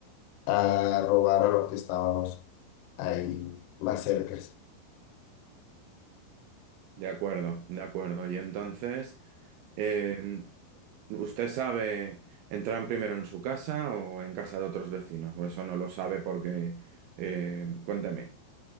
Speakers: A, on the left; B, on the right.
A: a robar a los que estábamos ahí más cerca.
B: De acuerdo, de acuerdo. Y entonces, eh, ¿usted sabe, entraron primero en su casa o en casa de otros vecinos? O eso no lo sabe porque, eh, cuénteme.